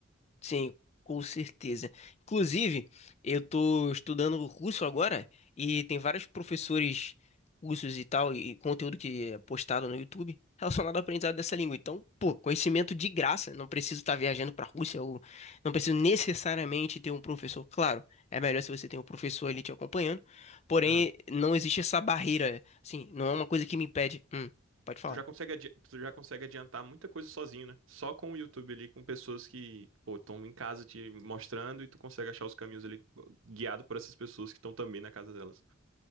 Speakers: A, on the left; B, on the right.
A: Sim, com certeza. Inclusive, eu tô estudando russo agora e tem vários professores russos e tal, e conteúdo que é postado no YouTube relacionado ao aprendizado dessa língua. Então, pô, conhecimento de graça, não preciso estar viajando pra Rússia ou não preciso necessariamente ter um professor. Claro, é melhor se você tem um professor ali te acompanhando, porém,
B: Aham.
A: não existe essa barreira, assim, não é
B: Tu,
A: uma coisa que me impede. Hum, pode falar.
B: Tu já consegue, adi- tu já consegue adiantar muita coisa sozinho, né? Só com o YouTube ali, com pessoas que, pô, estão em casa te mostrando e tu consegue achar os caminhos ali guiado por essas pessoas que estão também na casa delas.